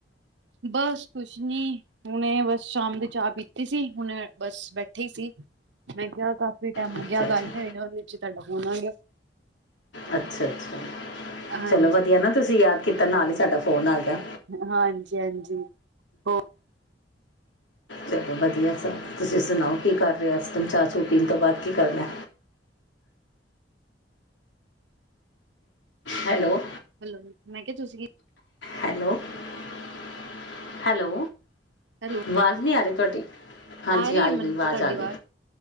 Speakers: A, on the right; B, on the left.
A: ਬਸ ਕੁਛ ਨੀ ਹੁਣੇ ਬਸ ਸ਼ਾਮ ਦੀ ਚਾਹ ਪੀਤੀ ਸੀ ਹੁਣ ਬਸ ਬੈਠੇ ਸੀ ਮੈਂ ਕਿਹਾ ਕਾਫੀ ਕਾਫੀ ਟਾਈਮ
B: ਅੱਛਾ
A: ਹੋ ਗਿਆ
B: ਅੱਛਾ
A: ਗੱਲ ਨਹੀਂ ਨੀ ਹੋਈ ਉਹ ਵਿੱਚ ਤੁਹਾਡਾ ਫੋਨ ਆ ਗਿਆ।
B: ਅੱਛਾ-ਅੱਛਾ,
A: ਹਾਂਜੀ,
B: ਚਲੋ ਵਧੀਆ ਨਾ ਤੁਸੀਂ ਯਾਦ ਕੀਤਾ ਨਾਲ ਹੀ ਸਾਡਾ ਫੋਨ ਆ ਗਿਆ।
A: ਹਾਂਜੀ-ਹਾਂਜੀ ਹੋਰ,
B: ਚਲੋ ਵਧੀਆ ਸਭ ਤੁਸੀਂ ਸੁਣਾਓ, ਕੀ ਕਰ ਰਹੇ ਇਸ ਟਾਈਮ ਚਾਹ ਚੂ ਪੀਣ ਤੋਂ ਬਾਅਦ ਕੀ ਕਰਨਾ? ਹੈਲੋ,
A: ਹੈਲੋ ਮੈਂ ਕਿਹਾ ਤੁਸੀਂ
B: ਹੈਲੋ-ਹੈਲੋ,
A: ਹੈਲੋ,
B: ਆਵਾਜ਼ ਨੀ ਆ ਰਹੀ ਤੁਹਾਡੀ ਹਾਂਜੀ
A: ਆ ਰਹੀ
B: ਆਈ
A: ਹੈ ਮੈਨੂੰ
B: ਗਈ ਆਵਾਜ਼
A: ਤਾਂ ਤੁਹਾਡੀ
B: ਆ ਗਈ